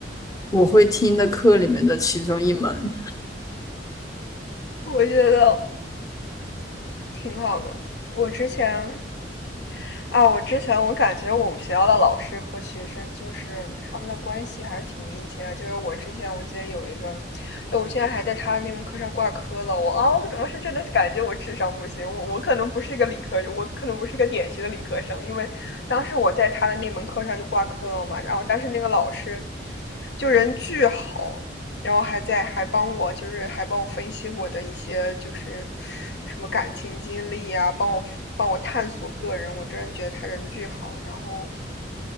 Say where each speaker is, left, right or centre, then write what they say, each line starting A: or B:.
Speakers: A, on the left; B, on the left.
A: 我会听的课里面的其中一门。
B: 我觉得挺好的。我之前啊，我之前我感觉我们学校的老师和学生就是他们的关系还是挺密切的。就是我之前我记得有一个，就我现在还在他那门课上挂科了。我啊，我我是真的感觉我智商不行，我我可能不是一个理科，我可能不是一个典型的理科生，因为当时我在他的那门课上就挂科了嘛。然后但是那个老师就人巨好，然后还在还帮我，就是还帮我分析我的一些就是什么感情经历啊，帮我帮我探索个人，我真的觉得他人巨好。然后，